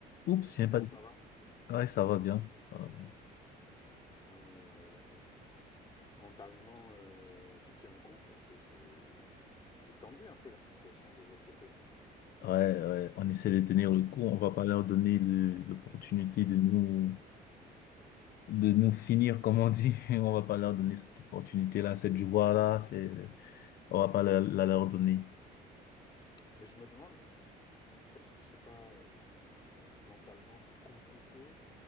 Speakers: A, on the left; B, on the left.
A: Oups, j'ai
B: Comment
A: pas dit.
B: ça va?
A: Ouais, ça va bien. ça va bien.
B: Non mais euh, mentalement, euh, tu tiens le coup parce que c'est c'est tendu un peu la situation de votre côté là.
A: Ouais, ouais, on essaie de tenir le coup. On va pas leur donner le- l'opportunité de nous, de nous finir, comme on dit. <laughs> On va pas leur donner cette opportunité-là, cette joie-là. C'est, on va pas la, la leur donner.
B: Mais je me demande, est-ce que c'est pas euh, mentalement compliqué